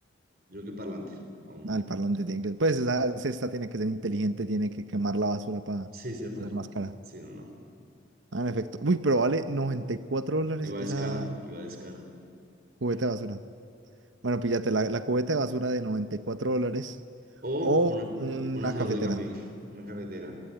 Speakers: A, on the right; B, on the right.
A: Yo creo que parlante. Aún.
B: Ah, el parlante tiene que, pues esa cesta tiene que ser inteligente, tiene que quemar la basura para
A: Sí, cierto.
B: hacer más cara.
A: Sí, no, no.
B: Ah, en efecto. Uy, pero vale noventa y cuatro dólares
A: Igual
B: esa
A: es cara. Igual es cara.
B: cubeta de basura. Bueno, píllate la, la cubeta de basura de 94 dólares
A: O
B: o
A: una
B: una
A: un hacedor
B: cafetera
A: de café, una cafetera.